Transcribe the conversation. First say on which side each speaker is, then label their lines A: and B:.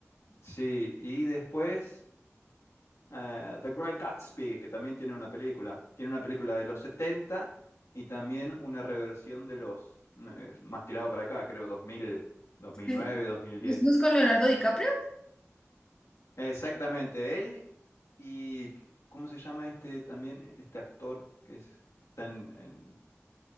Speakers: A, on the left (about 70°); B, on the left (about 20°).
A: Sí, y después eh, The Great Gatsby, que también tiene una película. Tiene una película de los 70 y también una reversión de los, eh, más tirado para acá, creo, dos dos mil dos mil
B: Sí.
A: nueve dos mil diez
B: ¿Pues no es con Leonardo DiCaprio?
A: Exactamente, él y ¿cómo se llama este también? Este actor que es- está en, en-